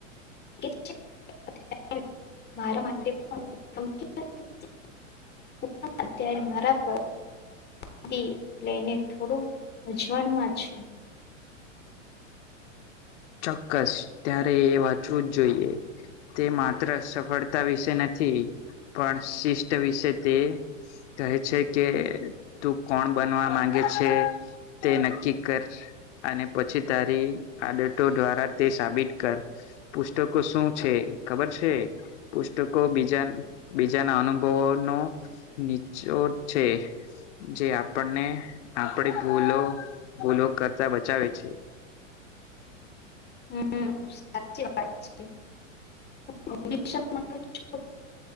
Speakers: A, on the left; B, on the left.
A: <unintelligible> <unintelligible> અત્યારે મારા પગ <unintelligible> લઈને થોડું મૂંઝવણમાં છે.
B: ચોક્કસ ત્યારે એ વાંચવું જ જોઈએ. તે માત્ર સફળતા વિશે નથી પણ શિષ્ટ વિશે તે કહે છે કે તું કોણ બનવા માંગે છે તે નક્કી કર અને પછી તારી આદતો દ્વારા તે સાબિત કર. પુસ્તકો શું છે, ખબર છે? પુસ્તકો બીજા-બીજાના અનુભવોનો નીચો છે, જે આપણને આપડી ભૂલો ભૂલો કરતા બચાવે છે.
A: <unintelligible>